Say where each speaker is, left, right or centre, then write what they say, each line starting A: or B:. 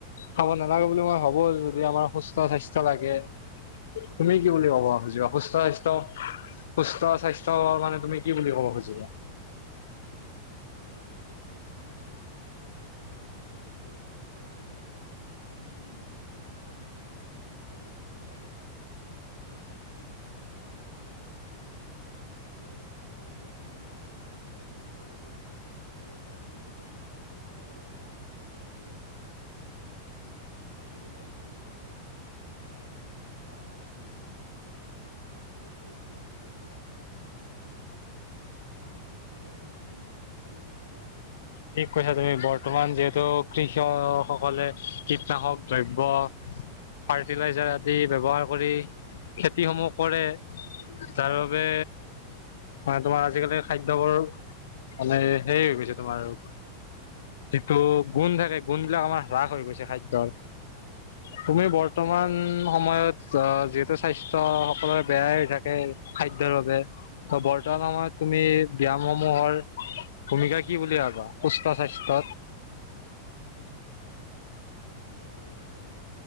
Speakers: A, on the left (about 60°); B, on the left (about 85°).
A: খাব নালাগে বুলি মই ভাবো যদি আমাৰ সুস্থ স্বাস্থ্য লাগে তুমি কি বুলি ভাবা অ য
B: উম
A: সুস্থ
B: হয়
A: স্বাস্থ্য
B: হয়
A: সুস্থ স্বাস্থ্য মানে তুমি কি বুলি ক'ব খুজিছা
B: হয় সুস্থ মানে স্বাস্থ্য সুস্থ ৰাখ থাকিলেহে আমাৰ মনটো সুস্থ হৈ থাকিব আমি নিজে মানে আমি চলি থাকিব পাৰিম স্বাস্থ্য যদি সুস্থ নাথাকে তেনেহ'লে আমি আকৌ ভালেদৰে থাকিব নোৱাৰিম মন মগজু সকলোবোৰ বেয়া হৈ থাকিব আৰু আজিকালি খাদ্যবিলাকত যিধৰণে খাৰ বা মানে গেছবোৰ প্ৰয়োগ কৰে সেইবোৰে আমাৰ স্বাস্থ্যৰ প্ৰতি ক্ষতি কৰে বুলি ভাবোঁ মই তুমি কি ভাবা
A: ঠিক কৈছা তুমি বৰ্তমান যিহেতু কৃষক সকলে কীটনাশক দ্ৰব্য ফাৰ্টিলাইজাৰ আদি ব্যৱহাৰ কৰি খেতি সমূহ কৰে যাৰ বাবে মানে তোমাৰ আজিকালি খাদ্যবোৰ মানে সেই হৈ গৈছে তোমাৰ যিটো গুণ থাকে গুণ বিলাক আমাৰ হ্ৰাস হৈ গৈছে খাদ্যৰ তুমি বৰ্তমান সময়ত আহ যিহেতু স্বাস্থ্য সকলোৰে বেয়াই থাকে খাদ্যৰ বাবে ত বৰ্তমান সময়ত তুমি ব্যয়াম সমূহৰ ভূমিকা কি বুলি ভাবা সুস্থ স্বাস্থ্যত
B: হয় মানে